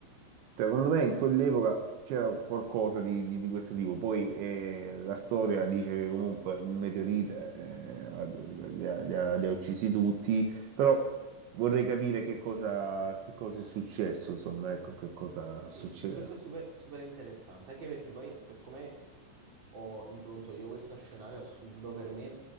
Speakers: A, on the right; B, on the right.
A: secondo me in quell'epoca c'era qualcosa di, di- di questo tipo. Poi eh, la storia dice che comunque un meteorite eh, ha- li ha, li ha- li ha uccisi tutti, però vorrei capire che cosa, che cosa è successo, insomma, ecco, che cosa succederà.
B: Sì, questo è super, super interessante, anche perché poi per come ho impronto io questo scenario assurdo per me,